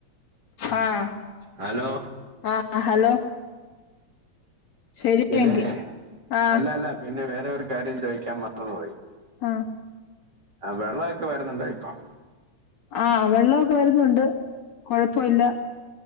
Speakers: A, on the left; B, on the right.
A: ആഹ്
B: ഹലോ
A: ആ ഹലോ ശരി
B: പിന്നെ
A: എങ്കി ആ
B: അല്ല അല്ല പിന്നെ വേറെ ഒരു കാര്യം ചോദിക്കാൻ മറന്നു
A: ആഹ
B: ആ വെള്ളവൊക്കെ വരുന്നുണ്ട ഇപ്പം
A: ആഹ വെള്ളവൊക്കെ വരുന്നുണ്ട് കൊഴപ്പല്ല